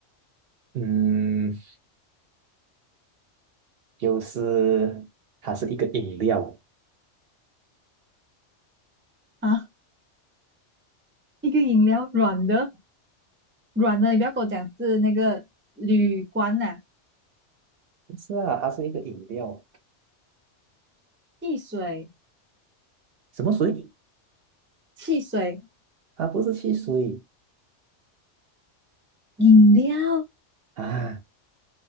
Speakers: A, on the right; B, on the right.
A: 嗯，就是它是一个饮料，
B: 啊，一个饮料软的软的，你不要跟我讲是那个铝罐呐、
A: 不是啊，它是一个饮料，
B: 汽水
A: 什么水？
B: 汽水
A: 它不是汽水
B: 饮料
A: 啊。